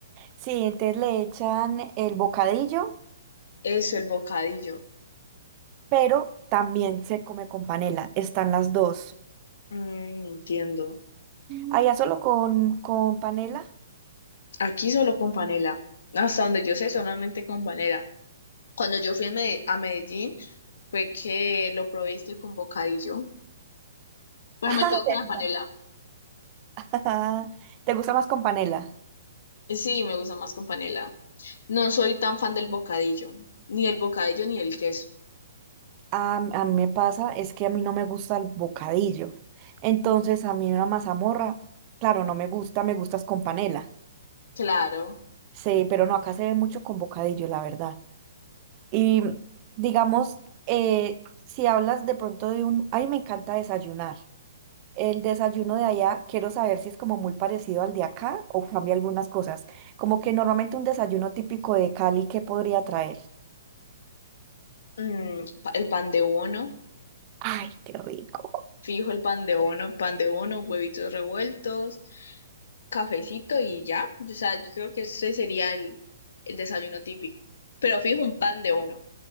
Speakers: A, on the right (about 25°); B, on the left (about 65°).
A: Sí, entonces le echan el bocadillo,
B: Eso, el bocadillo.
A: pero también se come con panela. Están las dos.
B: Mm, entiendo.
A: Allá solo con, con panela.
B: Aquí solo con panela. Hasta donde yo sé, solamente con panela. Cuando yo fui a Mede- a Medellín, fue que lo probé es que con bocadillo. Pero
A: <laughs>
B: me quedo con la panela.
A: Ah, ¿verdad? <laughs> ¿Te gusta más con panela?
B: Sí, me gusta más con panela. No soy tan fan del bocadillo. Ni el bocadillo ni el queso.
A: A, a mí me pasa, es que a mí no me gusta el bocadillo. Entonces, a mí una mazamorra, claro, no me gusta, me gustas con panela.
B: Claro.
A: Sí, pero no, acá se ve mucho con bocadillo, la verdad. Y mm, digamos, eh, si hablas de pronto de un, ay, me encanta desayunar. El desayuno de allá, quiero saber si es como muy parecido al de acá o cambia algunas cosas. Como que normalmente un desayuno típico de Cali, ¿qué podría traer?
B: mm, pa- el pan de bono,
A: Ay, qué rico.
B: fijo el pan de bono, pan de bono, huevitos revueltos, cafecito y ya. O sea, yo creo que ese sería el, el desayuno típico. Pero fijo un pan de bono.